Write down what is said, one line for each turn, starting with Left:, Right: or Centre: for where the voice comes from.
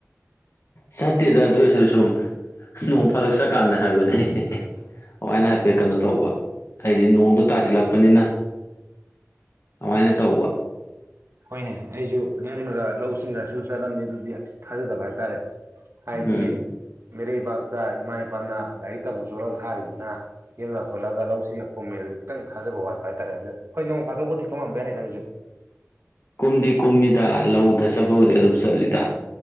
Left: ꯆꯠꯇꯦꯗ ꯑꯗꯨ ꯑꯣꯏꯔꯁꯨ ꯁꯨꯝ ꯅꯣꯡ ꯐꯥꯗꯣꯛ ꯆꯠꯀꯥꯟꯗ ꯍꯥꯏꯕꯅꯦ ꯑꯗꯨꯃꯥꯏꯅ ꯍꯥꯏꯐꯦꯠ ꯀꯩꯅꯣ ꯇꯧꯕ ꯍꯥꯏꯗꯤ ꯅꯣꯡꯗꯣ ꯇꯥꯁꯤꯜꯂꯛꯄꯅꯤꯅ ꯑꯗꯨꯃꯥꯏꯅ ꯇꯧꯕ
Right: ꯍꯣꯏꯅꯦ ꯑꯩꯁꯨ ꯅꯥꯡꯃꯒ ꯂꯧꯁꯤ ꯁꯤꯁꯤꯡꯁꯨ ꯆꯠꯂꯝꯃꯤ ꯑꯗꯨꯗꯤ ꯑꯁ ꯊꯥꯖꯗꯕ ꯍꯥꯏꯇꯥꯔꯦ ꯍꯥꯏꯗꯤ
Left: ꯎꯝ
Right: ꯃꯤꯔꯩꯕꯥꯛꯇ ꯏꯃꯥ ꯏꯄꯥꯅ ꯂꯥꯏꯔꯤꯛ ꯇꯝꯝꯕ ꯆꯣꯠꯂꯒ ꯊꯥꯔꯤꯕꯅꯤꯅ ꯌꯦꯡꯉ ꯈꯣꯠꯂꯒ ꯂꯧꯁꯤꯡꯒ ꯈꯣꯡꯃꯦ ꯑꯗꯨꯗꯤ ꯈꯤꯇꯪ ꯊꯥꯖꯕ ꯋꯥꯠꯄ ꯍꯥꯏꯇꯥꯔꯦ ꯑꯗꯨ ꯍꯣꯏ ꯅꯣꯡ ꯐꯥꯗꯣꯛꯄꯗꯤ ꯀꯝꯃꯝꯕ ꯌꯥꯏ ꯅꯪꯁꯨ
Left: ꯀꯨꯝꯗꯤ ꯀꯨꯝꯃꯤꯗ ꯂꯧꯗ ꯆꯄꯕꯨꯗꯤ ꯑꯗꯨꯝ ꯆꯠꯂꯤꯗ